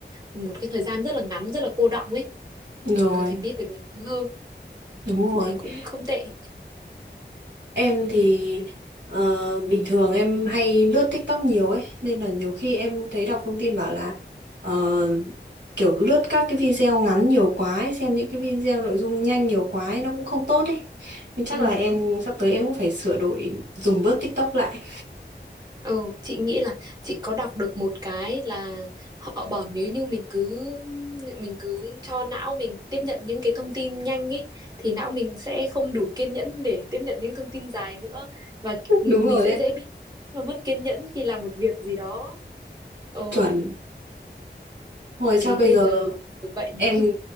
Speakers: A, on the right; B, on the right.
A: một cái thời gian rất là ngắn rất là cô đọng ấy mình
B: rồi,
A: có thể biết được nhiều thứ hơn
B: đúng
A: chị
B: rồi.
A: thấy cũng không tệ
B: Em thì ờ, bình thường em hay lướt TikTok nhiều ấy, nên là nhiều khi em thấy đọc thông tin bảo là ờ, kiểu lướt các cái video ngắn nhiều quá ấy, xem những cái video nội dung nhanh nhiều quá ấy, nó cũng không tốt ấy. Nên chắc
A: <laughs> ừ
B: là em sắp tới em cũng phải sửa đổi dùng bớt TikTok lại.
A: Ừ, chị nghĩ là chị có đọc được một cái là họ bảo nếu như mình cứ mình cứ cho não mình tiếp nhận những cái thông tin nhanh ấy thì não mình sẽ không đủ kiên nhẫn để tiếp nhận những thông tin dài nữa và
B: <laughs>
A: ừ,
B: Đúng
A: mình
B: rồi
A: sẽ
B: đấy,
A: dễ bị nó mất kiên nhẫn khi làm một việc gì đó. Ôi,
B: chuẩn. Rồi chắc
A: thế
B: bây
A: bây
B: giờ
A: giờ bệnh.
B: em